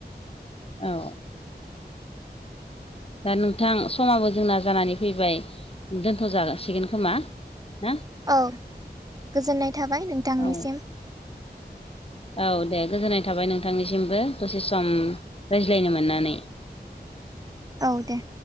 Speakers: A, on the left (about 35°); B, on the right (about 20°).
A: औ
B: <inaudible>
A: दा नोंथां समाबो जोंना जानानै फैबाय। दोनथ'जासिगोन खोमा ना?
B: औ गोजोननाय थाबाय नोंथांनिसिम।
A: औ औ दे गोजोननाय थाबाय नोंथांनिसिमबो दसे सम रायज्लायनो मोननानै।
B: औ दे।